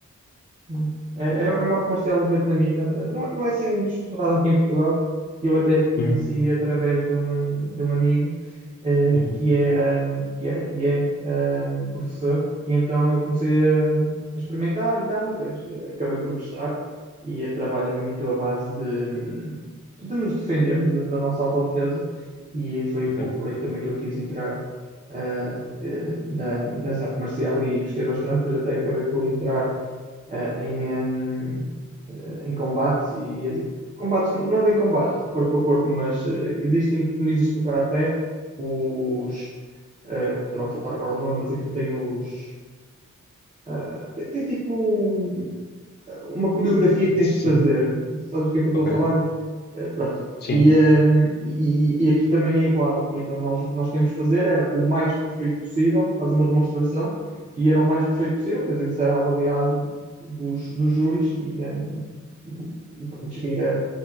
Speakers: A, on the right (about 25°); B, on the left (about 35°).
A: Hum. É, é é uma arte marcial vietnamita. eh, Não, é, não é assim muito explorada aqui em Portugal. Eu até conheci
B: Uhum,
A: através de um, de um amigo eh,
B: uhum,
A: que era, que era e é ehm, professor. E então eu comecei a, a experimentar e tal. E depois eh, acabei por gostar. E eh, trabalha muito à base de, hum, de nos defendermos, da da nossa autodefesa. E foi um
B: ok.
A: pouco por aí também que eu quis entrar ah, eh, na, nessa arte marcial e gostei bastante. Depois até acabei por entrar eh, em, em, eh, em combates e e- assim, combates não é bem combates de corpo a corpo, mas eh, existem, como existe no karaté, os eh, estava a faltar agora o nome, mas aquilo tem os eh, tem, tem tipo um- uma coreografia que tens
B: Sim,
A: que fazer. Sabes o que é que eu estou
B: ok.
A: a falar? Eh, pronto.
B: Sim.
A: E, hum, e- e aqui também é igual. E então nós o que nós tínhamos de fazer era o mais perfeito possível, quase uma demonstração, e era o mais perfeito possível, pois isso era avaliado dos, dos júris e, hum, e, e pronto, cheguei a,